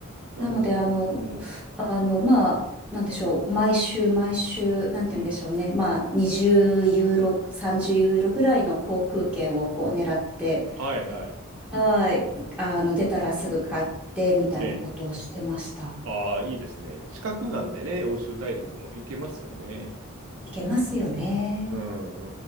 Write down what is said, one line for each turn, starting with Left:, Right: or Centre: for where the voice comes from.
Right: なるほど。
Centre: なので、あの、
Right: うん。
Centre: あの、まあ、なんでしょう。毎週、毎週、なんて言うんでしょうね。
Right: うん。
Centre: まあ、
Right: うん。
Centre: 20ユーロ、30ユーロぐらいの航空券をこう狙って、
Right: はいはい。
Centre: はい。あの、出たらすぐ買ってみたいなことをしてました。
Right: ええ。ああ、いいですね。近くなんでね、欧州大陸も行けますよね。
Centre: いけますよね。
Right: うんう